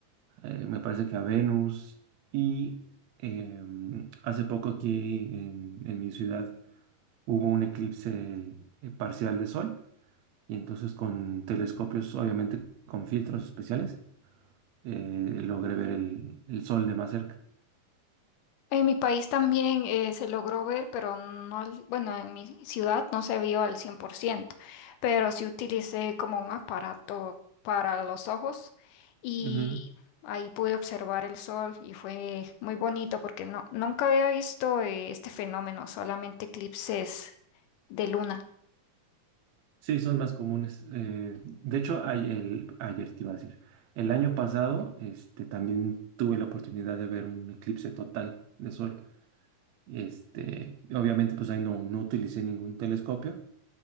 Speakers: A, on the right; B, on the left.
A: eh, me parece que a Venus. Y em, hace poco aquí en, en mi ciudad hubo un eclipse eh, parcial de sol. Y entonces con telescopios, obviamente con filtros especiales, eh, logré ver el, el sol de más cerca.
B: En mi país también eh, se logró ver, pero no, al- bueno, en mi ciudad no se vio al 100%, pero sí utilicé como un aparato para los ojos y
A: Ujú.
B: ahí pude observar el sol y fue muy bonito porque no, nunca había visto eh, este fenómeno, solamente eclipses de luna.
A: Sí, son más comunes. eh, de hecho, ay- el- ayer te iba a decir, el año pasado, este, también tuve la oportunidad de ver un eclipse total de sol. Este, obviamente, pues ahí no, no utilicé ningún telescopio.